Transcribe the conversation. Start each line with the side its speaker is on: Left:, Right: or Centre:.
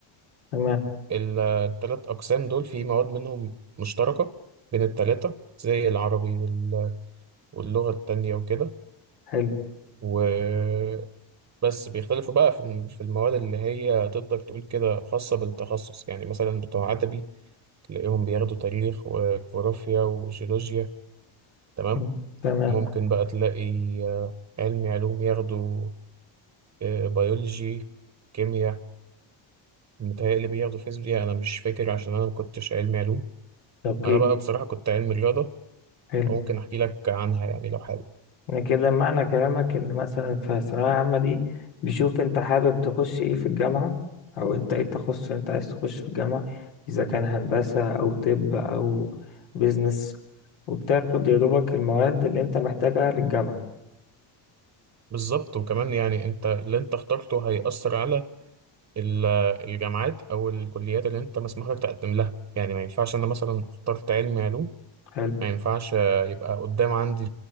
Left: تمام
Right: الثلاث اقسام دول في مواد منهم مشتركه بين الثلاثه زي العربي وال- واللغه التانية وكده
Left: حلو
Right: وبس بيختلفوا بقى في الم- في المواد اللي هي تقدر تقول كده خاصه بالتخصص يعني مثلا بتوع ادبي تلاقيهم بياخدوا تاريخ وجغرافيا وجيولوجيا تمام
Left: مم. تمام
Right: ممكن بقى تلاقي آه، علمي علوم ياخدوا آه، بيولوجي كيمياء متهيألي بياخدوا فيزياء أنا مش فاكر عشان أنا مكنتش علمي علوم
Left: اوكي
Right: أنا بقى بصراحة كنت علمي رياضة
Left: حلو
Right: وممكن أحكي لك عنها يعني لو حابب
Left: يعني كده معنى كلامك ان مثلا في الثانوية العامة دي بيشوف انت حابب تخش ايه في الجامعة او انت ايه التخصص اللي انت عايز تخش في الجامعة اذا كان هندسة او طب او بيزنس وبتاخد يا دوبك المواد اللي انت محتاجها للجامعة
Right: بالظبط وكمان يعني أنت اللي أنت اخترته هيأثر على ال- الجامعات أو الكليات اللي أنت مسموح لك تقدم لها يعني ما ينفعش أنا مثلا اخترت علمي علوم
Left: حلو
Right: ما ينفعش آه، يبقى قدام عندي